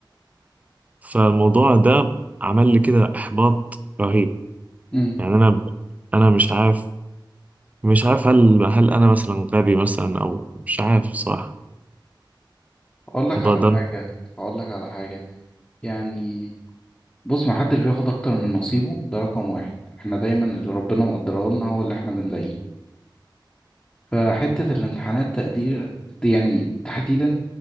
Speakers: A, on the right (about 20°); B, on the left (about 15°).
A: فالموضوع ده عمل لي كده احباط رهيب
B: امم
A: يعني انا انا مش عارف مش عارف هل هل انا مثلا غبي مثلا او مش عارف صراحة
B: اقول لك
A: الموضوع
B: على
A: ده
B: حاجة اقول لك على حاجة يعني بص ما حدش بياخد اكتر من نصيبه ده رقم واحد احنا دايما اللي ربنا مقدره لنا هو اللي احنا بنلاقيه فحتة الامتحانات تقدير يعني تحديدا